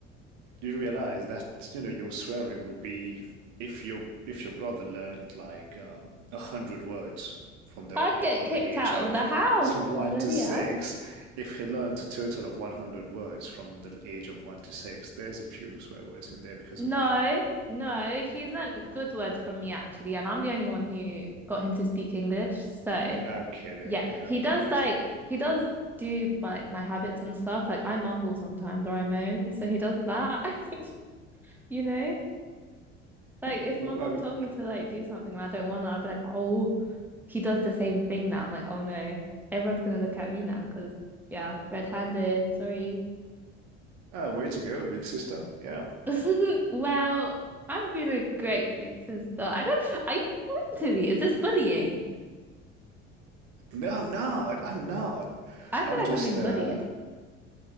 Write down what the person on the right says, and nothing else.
you realize that, you know, your swearing would be if your if your brother learned like um, a hundred words from the
from
the age
of
one
to six,
if he learned a total of 100 words from the age of one to six, there's a few swear words in there because
of you.
I'm kidding.
I'm
kidding.
Well,
uh, way to go, big sister. Yeah.
No, I'm not. I'm not.
I'm
just
uh,